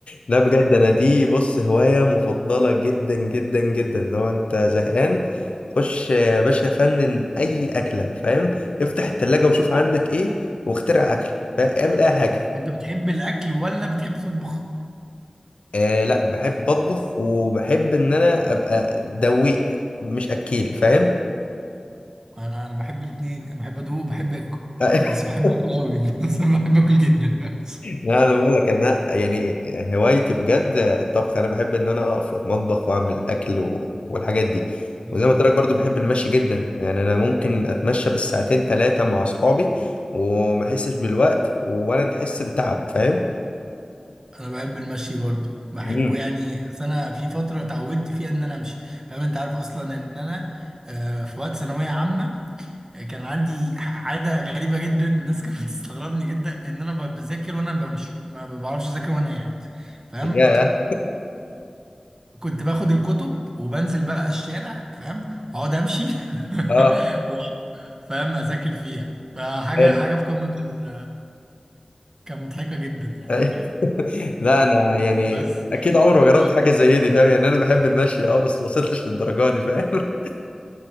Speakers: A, on the left; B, on the right.
A: لا بجد انا دي بص هواية مفضلة جدا جدا جدا لو انت زهقان خش يا باشا فنن اي اكلة فاهم افتح التلاجة وشوف عندك ايه واخترع اكلة فاهم اعمل اي حاجة
B: انت بتحب الاكل ولا بتحب تطبخ
A: آه لا بحب اطبخ وبحب ان انا ابقى دويق مش اكيل فاهم
B: انا انا بحب الاثنين انا بحب ادوق وبحب اكل
A: <laughs>
B: بس بحب اكل قوي <laughs> بس أنا بحب اكل جدا بس
A: لا انا بقول لك انا يعني هوايتي بجد الطبخ انا بحب ان انا اقف في المطبخ واعمل اكل و... والحاجات دي
B: مم.
A: وزي ما قلت لك برضو بحب المشي جدا يعني انا ممكن اتمشى بالساعتين ثلاثه مع اصحابي وما احسش بالوقت ولا نحس بتعب فاهم
B: انا بحب المشي برضو بحبه
A: امم
B: يعني اصل انا في فتره اتعودت فيها ان انا امشي فاهم انت عارف اصلا ان انا آه، في وقت ثانويه عامه آه، كان عندي ح- عاده غريبه جدا الناس كانت بتستغربني جدا ان انا ب- بذاكر وانا بمشي ما ما بعرفش اذاكر وانا قاعد فاهم
A: يا
B: كنت باخد الكتب وبنزل بقى الشارع فاهم اقعد امشي <laughs>
A: اه
B: و- فاهم اذاكر فيها فحاجه
A: حلو
B: حاجه في قمه ال... كانت مضحكه جدا يعني
A: <laughs> لا انا يعني
B: بس
A: اكيد عمري ما جربت
B: طب-
A: حاجه زي دي فاهم يعني انا بحب المشي اه بس ما وصلتش للدرجه دي فاهم <laughs>